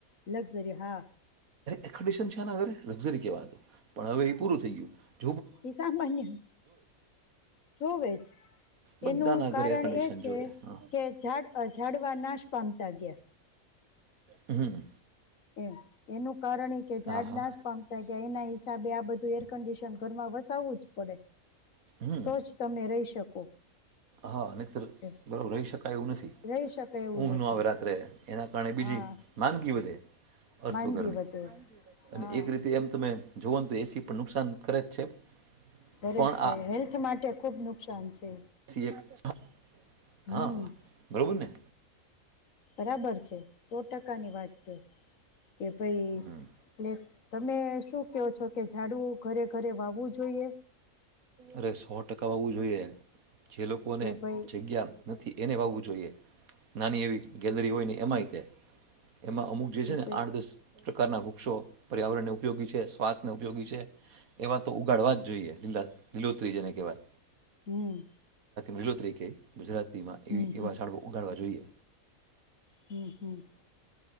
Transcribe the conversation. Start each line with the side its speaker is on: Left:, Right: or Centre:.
Left: લક્ઝરી હા
Right: એક્સડિશન છે. ને અરે લઝરી કેવો હતો, પણ હવે એ પૂરું થયું. થયું.
Left: ઈ સામાન્ય. જોવે જ
Right: બધાના
Left: એનું કારણ
Right: ઘરે એર કન્ડિશન
Left: એ છે,
Right: જોવે હા
Left: કે ઝાડ ઝાડવા નાશ પામતા ગ્યા.
Right: હમ.
Left: એમ, એનું કારણ ઈ, કે ઝાડ
Right: હા હા
Left: નાશ પામતા ગ્યા, એના હિસાબે આ બધું એર કંડિશન ઘરમાં વસાવવું જ પડે.
Right: હં,
Left: તો જ તમે રહી શકો
Right: હા,
Left: એમ
Right: બરોબર રહી શકાય એવું નથી,
Left: રહી શકે એવું
Right: ઊંઘ
Left: નથી
Right: નો આવે રાત્રે, એના કારણે બીજી
Left: હા
Right: માંદગી વધે. અર્થ
Left: માંદગી
Right: વગરની,
Left: વધે હા
Right: અને એક રીતે એમ તમે જોવોન તો, એ સી પણ નુકસાન કરે જ છે.
Left: બરે
Right: પણ
Left: જ તે હેલ્થ માટે ખૂબ નુકસાન સાંજ છે
Right: સી એફ <unintelligible>
Left: હમ
Right: હા, બરોબર ને
Left: બરાબર છે સો ટકાની વાત છે, કે ભાઈ એટલે
Right: હમ
Left: તમે શું કહો, છો જાડુ ઘરે ઘરે વાવવું જોઈએ
Right: અરે સો ટકા વાવું જોઈએ જે લોકોને
Left: કે ભાઈ
Right: જગ્યા નથી એને વાવું જોઈએ, નાની એવી ગેલરી હોય નહી એમ આઈ કે એમાં અમુક જે
Left: કે
Right: છે ને
Left: ભાઈ
Right: આઠ, દસ, પ્રકારના વૃક્ષો પર્યાવરણને ઉપયોગી છે, શ્વાસને ઉપયોગી છે, એવા તો ઉગાડવા જ જોઈએ લીલા લીલોત્રી જેને કહેવાય.
Left: હમ.
Right: લીલો તરીકે ગુજરાત એ
Left: હમ
Right: એવા શાળો ઉગાડવા જોઈએ.
Left: હમ્ હમ.